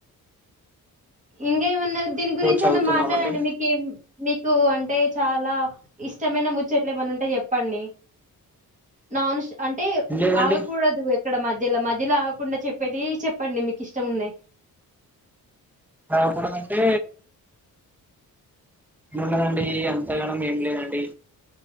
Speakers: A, on the right; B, in the centre.
A: ఇంకా ఏం న్నా దీని గురించి
B: చదువుతున్నామండి
A: అన్న మాట్లాడండి మీకి మీకు అంటే చాలా ఇష్టమైన ముచ్చట్లు ఏమన్నా ఉంటే చెప్పండి నానుష్ అంటే
B: ఏం లేదండి
A: ఆగకూడదు ఎక్కడ మధ్యలో మధ్ ఇది గకుండా చెప్పేటి చెప్పండి మీకు ఇష్టం ఉన్నాయి
B: రాకూడదంటే ఏముండదండి <unintelligible> లేదండి